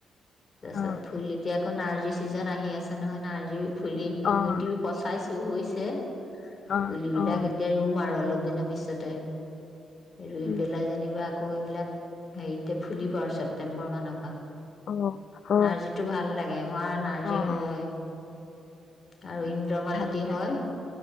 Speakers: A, on the left; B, on the left.
A: তছত
B: অ',
A: ফুলতিয়াখন আজি ছিজন আহি আছে নহয় নাৰ্জিৰ। ফুলি
B: অ', অ',
A: গুটিও পাইছে। টো হৈছে।
B: অ',
A: পুলিবিলাক
B: অ',
A: এতিয়া ৰুম আৰু অলপ। দিন বিছ। যাতে ৰুই
B: উম,
A: পেলাই
B: উম।
A: যেনিবা। আকৌ এইবিলাক। হেৰি এয়া ফুলিব আৰু ছেপ্তেম্বৰ মান। নবা।
B: অ', অ'।
A: নাৰ্জীটো ভাল লাগে মাৰ নাৰ্জী
B: অ',
A: হয়। আৰু ইন্দ্ৰমালতী
B: ভাল লাগে
A: হয়।